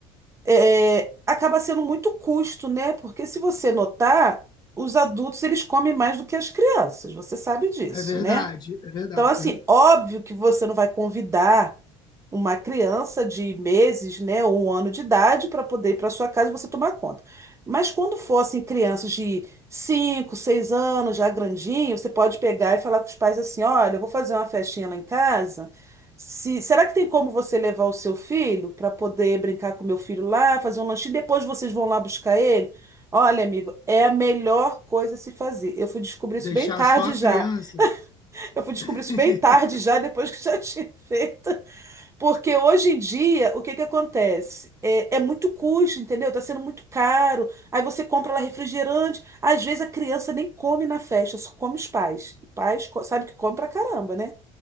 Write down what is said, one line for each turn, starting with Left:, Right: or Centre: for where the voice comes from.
Right: É, acaba sendo muito custo, né? Porque se você notar, os adultos eles comem mais do que as crianças. Você sabe disso,
Left: é verdade,
Right: né?
Left: é verdade,
Right: Então, assim,
Left: é verdade.
Right: óbvio que você não vai convidar uma criança de meses, né, ou um ano de idade para poder ir para sua casa e você tomar conta. Mas quando fossem crianças de 5, 6 anos, já grandinho, você pode pegar e falar com os pais assim: olha, eu vou fazer uma festinha lá em casa. Se, será que tem como você levar o seu filho para poder brincar com o meu filho lá, fazer um lanchinho? Depois vocês vão lá buscar ele? Olha, amigo, é a melhor coisa a se fazer. Eu fui descobrir
Left: Deixar
Right: isso bem tarde
Left: só a
Right: já.
Left: criança.
Right: Eu fui descobrir
Left: <laughs>
Right: isso bem tarde já, depois que já <laughs> tinha feito. Porque hoje em dia, o que que acontece? É, é muito custo, entendeu? Tá sendo muito caro. Aí você compra lá refrigerante. Às vezes a criança nem come na festa, só come os pais. E pais co- sabe que come pra caramba, né?